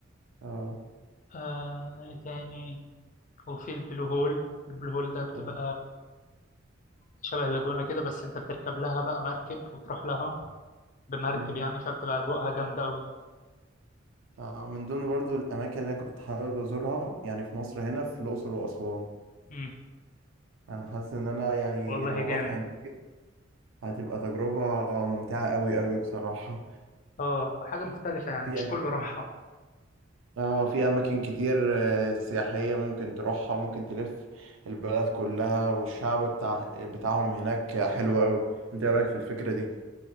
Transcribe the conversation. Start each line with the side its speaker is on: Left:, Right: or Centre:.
Right: اه
Left: آه إيه تاني وفي البلو هول البلو هول ده بتبقى
Right: اه
Left: شبه اللاجونة كده بس انت بتركب لها بقى مركب وتروح لها بمركب
Right: امم
Left: يعني فبتبقى أجواءها جامدة أوي
Right: آه من ضمن برضو الأماكن اللي أنا كنت حابب أزورها يعني في مصر هنا في الأقصر وأسوان
Left: امم
Right: أنا حاسس إن أنا يعني
Left: والله
Right: لو
Left: جامد
Right: رحت هناك هتبقى تجربة ممتعة أوي أوي بصراحة
Left: اه حاجة مختلفة يعني
Right: في
Left: مش كله راحة
Right: اه في أماكن كتير آه، سياحية ممكن تروحها ممكن تلف البلد كلها والشعب بتاع بتاعهم هناك حلو أوي أنت إيه رأيك في الفكرة دي؟